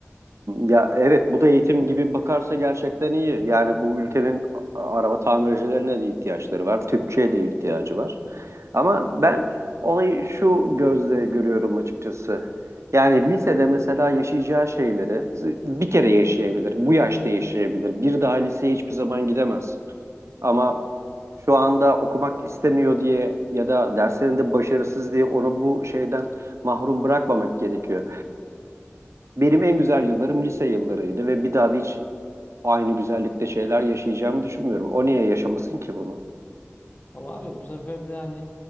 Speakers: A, on the right; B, on the left.
A: Ya evet bu da eğitim gibi bakarsa gerçekten iyi. Yani bu ülkenin a- araba tamircilerine de ihtiyaçları var. Tüpçüye de ihtiyacı var. Ama ben olayı şu gözle görüyorum açıkçası. Yani lisede mesela yaşayacağı şeyleri bir kere yaşayabilir, bu yaşta yaşayabilir. Bir daha liseye hiçbir zaman gidemez. Ama şu anda okumak istemiyor diye ya da derslerinde başarısız diye onu bu şeyden mahrum bırakmamak gerekiyor benim en güzel yıllarım lise yıllarıydı ve bir daha da hiç aynı güzellikte şeyler yaşayacağımı düşünmüyorum. O niye yaşamasın ki bunu?
B: Ama abi bu sefer de hani